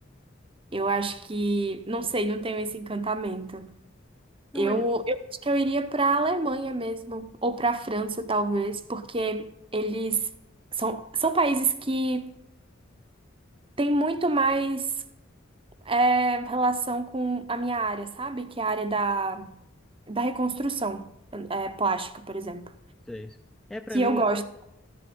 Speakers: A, on the right; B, in the centre.
A: Eu acho que, não sei, não tenho esse encantamento.
B: Não,
A: Eu,
B: mas...
A: eu acho que eu iria para a Alemanha mesmo, ou para a França, talvez, porque eles são, são países que têm muito mais é, relação com a minha área, sabe? Que é a área da, da reconstrução é, plástica, por exemplo.
B: Sei. É, pra
A: Que
B: mim,
A: eu gosto.